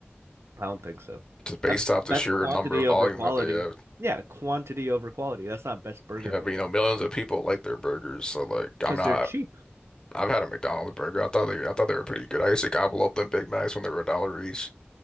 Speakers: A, on the right; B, on the left.
A: I don't think so.
B: just based
A: That's
B: off
A: that's
B: the sheer
A: quantity
B: number of
A: over
B: volume
A: quality.
B: that they have.
A: Yeah, quantity over quality. That's not best burger
B: Yeah,
A: maker
B: but you know, millions of people like their burgers. So like, I'm
A: because
B: not.
A: they're cheap.
B: I've had a McDonald's burger. I thought they, I thought they were pretty good. I used to gobble up them Big Macs when they were a dollar each.